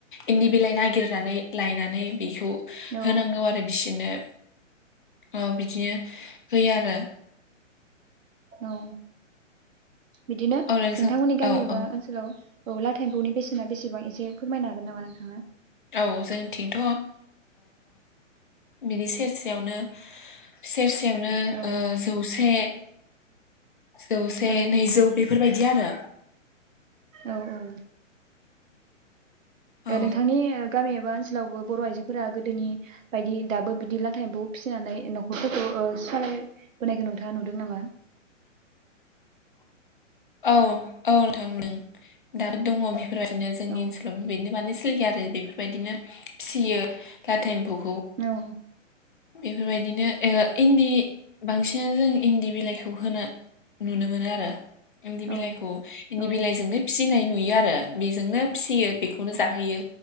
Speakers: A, on the left; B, on the right.
A: इनदि बिलाइ नायगिरनानै लायनानै बेखौ
B: औ
A: होनांगौ आरो बिसोरनो औ बिदिनो होयो आरो।
B: औ बिदिनो नोंथांमोननि
A: औ नोंसा
B: गामि
A: औ
B: एबा
A: औ
B: ओनसोलाव औ लाथा एमफौनि बेसेना बेसेबां एसे फोरमायनो हागोन नामा नोंथाङा?
A: औ जोंथिंथ' बिनि सेरसेयावनो सेरसेयावनो
B: औ
A: जौसे जौसे
B: औ
A: नैजौ बेफोरबायदि आरो
B: औ औ
A: औ
B: नोंथांनि गामियाबा आवबो बर' आइजोफोरा गोदोनि बायदि दाबो बिदि लाथा एमफौ फिसिनानै न'खरफोरखौ सालाय होनायखौ नोंथाङा नुदों नामा?
A: <inaudible> औ औ नोंथां दाबो दङ बेफोरबायदिनो जोंनि
B: औ
A: ओनसोलाव बेनो मान <unintelligible> आरो बेफोरबायदिनो फिसियो लाथा एमफौ
B: औ
A: बेफोरबायदिनो ओ इनदि बांसिनानो जों इनदि बिलाइखौ होनो नुनो मोनो आरो। इनदि
B: औ
A: बिलाइखौ इनदि
B: औ
A: बिलाइजोंनो फिसिनाय नुयो आरो। रो बेजोंनो फिसियो बेखौनो जाहोयो